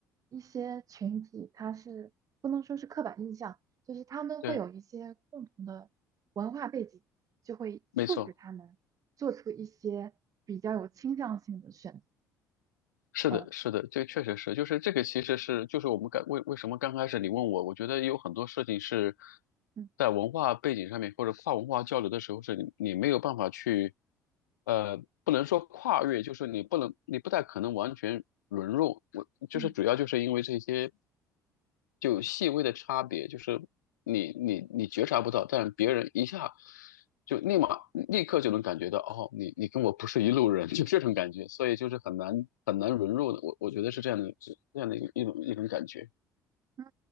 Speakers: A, on the right; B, on the left.
A: 一些群体他是不能说是刻板印象，就是他们会有一些共同的文化背景，
B: 对，
A: 就会促使他们做出一些比较有倾向性的选择。
B: 没错。是的，
A: 呃
B: 是的，这确实是，就是这个其实是，就是我们刚为为什么刚开始你问我，我觉得有很多事情是
A: 嗯
B: 在文化背景上面或者跨文化交流的时候，是你你没有办法去，呃，不能说跨越，就是你不能，你不太可能完全融入，我就是主要就是因为这些。
A: 嗯。
B: 就有细微的差别，就是你你你觉察不到，但别人一下就立马立刻就能感觉到，哦，你你跟我不是一路人，<laughs> 就这种感觉，所以就是很难很难融入的，我我觉得是这样的，是这样的一个一种一种感觉，
A: 嗯，